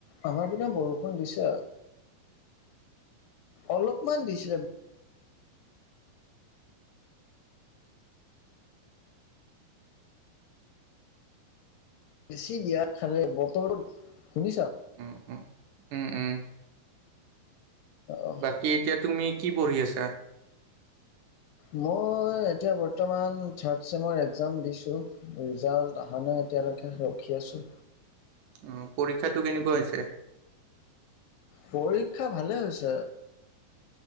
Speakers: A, on the left; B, on the right.
A: আমাৰ পিনে বৰষুণ দিছে। অলপমান দিছিলে বেছি দিয়া খালে বতৰত, শুনিছা?
B: উম, উম। উম, উম।
A: অ।
B: কি এতিয়া তুমি কি পঢ়ি আছা?
A: মই এতিয়া বৰ্তমান থাৰ্ড চেমৰ এক্জাম দিছোঁ। ৰিজাল্ট অহা নাই এতিয়ালৈকে ৰখি আছোঁ।
B: অ', পৰীক্ষাটো কেনেকুৱা হৈছে?
A: পৰীক্ষা ভালে হৈছে।